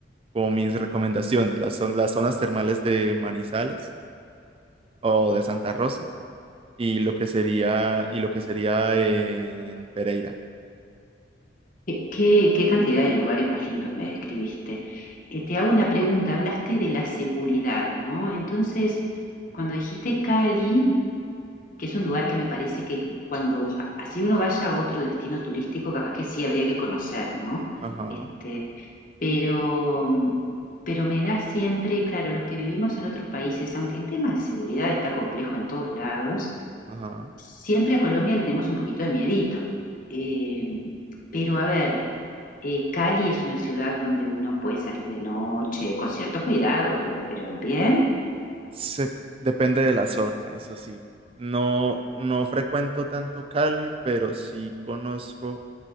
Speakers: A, on the right; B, on the left.
A: como mis recomendaciones, las, zon- las zonas termales de Manizales o de Santa Rosa y lo que sería, y lo que sería en Pereira.
B: ¿qué, qué- qué cantidad de lugares más lindos me describiste? Eh, te hago una pregunta, hablaste de la seguridad, ¿no? Entonces, cuando dijiste Cali, que es un lugar que me parece que cuando, a- así uno vaya a otro destino turístico, capaz que sí habría que conocer, ¿no?
A: Ajá,
B: Este, pero, pero me da siempre, claro, los que vivimos en otros países, aunque el tema de seguridad está complejo en todos lados,
A: ajá.
B: Siempre a Colombia le tenemos un poquito de miedito, Eh, pero a ver, eh, Cali es una ciudad donde uno puede salir de noche, con cierto cuidado, pero, pero bien.
A: Se, depende de la zona, eso sí. No, no frecuento tanto Cali, pero sí conozco